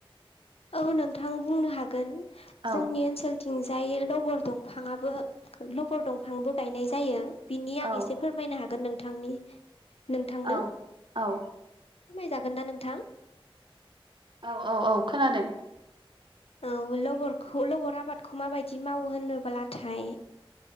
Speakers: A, on the left; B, on the right.
A: औ नोंथां बुंनो हागोन
B: औ
A: जोंनि ओनसोल थिंजाय लबर दंफाङाबो लबर दंफांबो गायनाय जायो। बिनि आं
B: औ
A: एसे फोरमायनो हागोन नोंथांनि नोंथांनो
B: औ औ।
A: फोरमायजागोन ना नोंथां?
B: औ औ औ खोनादों।
A: औ लबरखौ लबर आबादखौ माबायदि मावो होनब्लाथाय